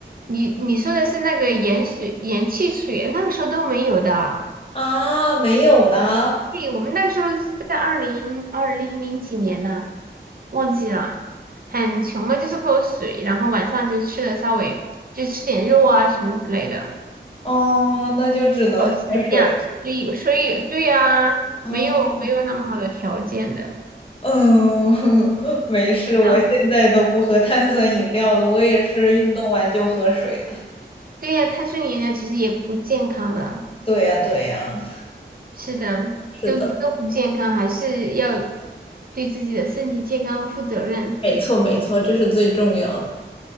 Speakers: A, on the right; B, on the left.
A: 你你说的是那个盐水、盐汽水，那个时候都没有的。
B: 啊，没有的。
A: 对，我们那时候是在二零二零零几年呢、忘记了，很穷的，就是喝水，然后晚上就吃的稍微就吃点肉啊什么之类的，
B: 哦，那就只能喝水
A: 保持能量，所以所以对呀、
B: 啊。
A: 没有没有那么好的条件的，
B: 嗯，<laughs> 没事，
A: 是的，
B: 我现在都不喝碳酸饮料的，我也是运动完就喝水了。
A: 对呀、碳水饮料其实也不健康的，
B: 对呀，对呀，
A: 是的，
B: 是的，
A: 都都不健康，还是要对自己的身体健康负责任。
B: 没错，没错，这是最重要的。